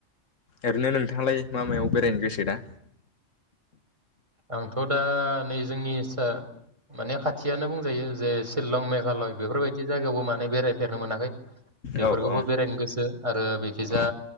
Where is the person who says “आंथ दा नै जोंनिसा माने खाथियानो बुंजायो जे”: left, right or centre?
Right